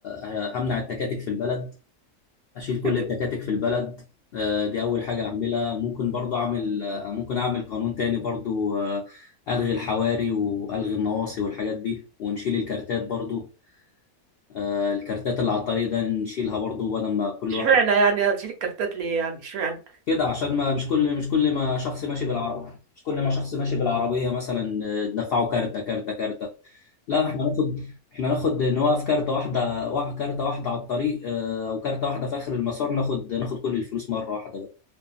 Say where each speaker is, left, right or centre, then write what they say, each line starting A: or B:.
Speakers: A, on the left; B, on the right.
A: ه- همنع التكاتك في البلد اشيل كل
B: <laughs>
A: التكاتك في البلد آه، دي اول حاجه اعملها ممكن برضه اعمل آه، ممكن اعمل قانون تاني برضه آه، الغي الحواري والغي النواصي والحاجات دي ونشيل الكارتات برضه آه، الكارتات اللي على الطريق ده نشيلها برضه بدل ما كل
B: اشمعنى
A: واحد
B: يعني هتشيل الكارتات ليه يعني اشمعنى
A: كده عشان ما مش كل مش كل ما شخص ماشي بالعربية مش كل ما شخص ماشي بالعربية مثلا آه، ندفعه كارتة كارتة كارتة لا احنا ناخد احنا ناخد نوقف كارتة واحدة واحد كارتة واحدة على الطريق آه، او كارتة واحدة في اخر المسار ناخد ناخد كل الفلوس مرة واحدة بقى